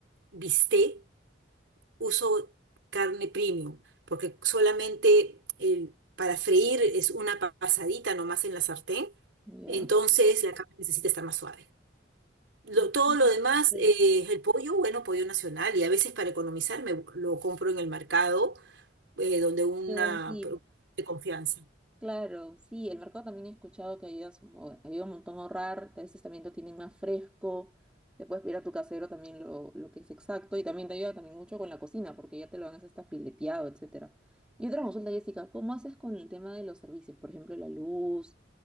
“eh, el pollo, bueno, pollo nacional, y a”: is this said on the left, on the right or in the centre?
Right